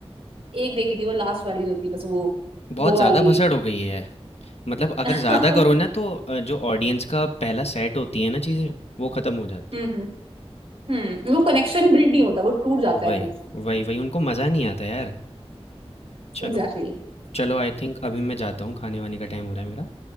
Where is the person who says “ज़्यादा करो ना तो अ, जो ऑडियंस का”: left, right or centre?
Left